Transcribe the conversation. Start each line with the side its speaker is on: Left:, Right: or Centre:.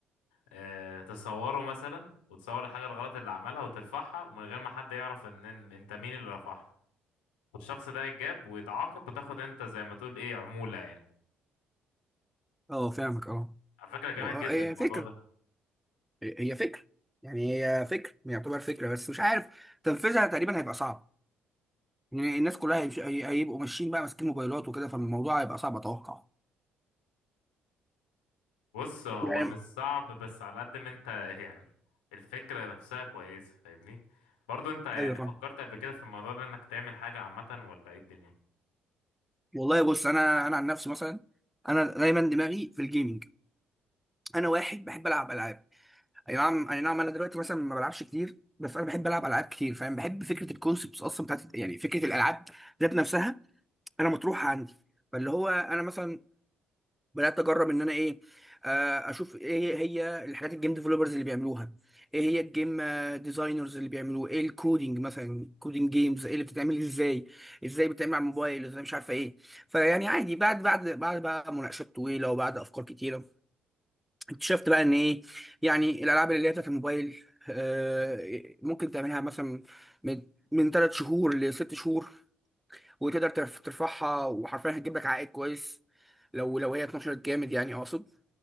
Left: آه، تصوره مثلا وتصور الحاجة الغلط اللي عملها وترفعها من غير ما حد يعرف ان إن- انت مين اللي رفعها والشخص ده يتجاب ويتعاقب وتاخد انت زي ما تقول ايه عمولة يعني
Centre: اه فاهمك اه
Left: على فكرة جامد
Centre: و- آه،
Left: جدا
Centre: هي
Left: الموضوع
Centre: فكر
Left: ده
Centre: هي فكر يعني هي فكر يعتبر فكره بس مش عارف تنفيذها تقريبا هيبقى صعب يعني الناس كلها هيمش- هي- هيبقوا ماشيين بقى ماسكين موبايلات وكده فالموضوع هيبقى صعب اتوقع
Left: بص هو
Centre: يعني
Left: مش صعب بس على قد ما انت <laughs> يعني الفكرة نفسها كويسة فاهمني برضو انت يعني
Centre: ايوه فاهم
Left: فكرت قبل كده في الموضوع ده انك تعمل حاجة عامة ولا ايه الدنيا
Centre: والله بص انا انا عن نفسي مثلا انا دايما دماغي في الجيمنج انا واحد بحب العب العاب اي نعم اي نعم انا دلوقتي مثلا ما بلعبش كتير بس انا بحب العب العاب كتير فاهم بحب فكره الكونسبتس اصلا بتاعت يعني فكره الالعاب ذات نفسها انا مطروحه عندي فاللي هو انا مثلا بدات اجرب ان انا ايه آه، اشوف ايه هي الحاجات الجيم ديفلوبرز اللي بيعملوها ايه هي الجيم ديزاينرز اللي بيعملوه ايه الكودينج مثلا كودينج جيمز ايه اللي بتتعمل ازاي ازاي بتتعمل على الموبايل ازاي مش عارفه ايه فيعني عادي بعد بعد بعد بقى مناقشات طويله وبعد افكار كتيره اكتشفت بقى ان ايه يعني الالعاب اللي هي بتاعت الموبايل آه، ممكن تعملها مثلا من من ثلاث شهور لست شهور وتقدر ترف- ترفعها وحرفيا هتجيب لك عائد كويس لو لو هي اتنشرت جامد يعني اقصد